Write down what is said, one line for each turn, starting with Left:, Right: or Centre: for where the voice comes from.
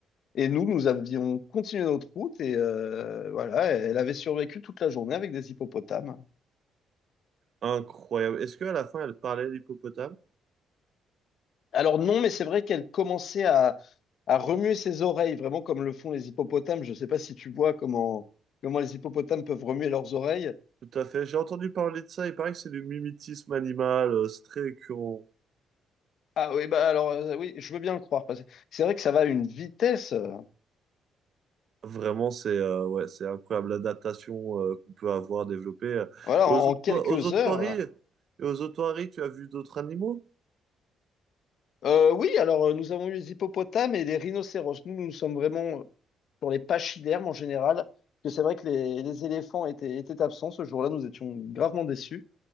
Left: Et nous, nous avions continué notre route et euh, voilà, elle avait survécu toute la journée avec des hippopotames.
Right: Incroyable. Est-ce qu'à la fin elle parlait l'hippopotame?
Left: Alors non, mais c'est vrai qu'elle commençait à, à remuer ses oreilles, vraiment comme le font les hippopotames. Je ne sais pas si tu vois comment, comment les hippopotames peuvent remuer leurs oreilles.
Right: Tout à fait. J'ai entendu parler de ça. Il paraît que c'est du mimétisme animal. euh, C'est très récurrent.
Left: Ah oui, bah alors euh, oui, je veux bien le croire. parce que C'est vrai que ça va à une vitesse. euh,
Right: Vraiment, c'est euh, ouais, c'est incroyable l'adaptation euh, qu'on peut avoir développée. euh.
Left: Voilà,
Right: Et
Left: en
Right: aux autres,
Left: quelques
Right: aux otoiries,
Left: heures.
Right: et aux otoiries, tu as vu d'autres animaux?
Left: Euh, oui, alors euh, nous avons eu les hippopotames et les rhinocéros. Nous, nous sommes vraiment pour les pachydermes en général. Parce que c'est vrai que les, les éléphants étaient, étaient absents ce jour-là, nous étions gravement déçus.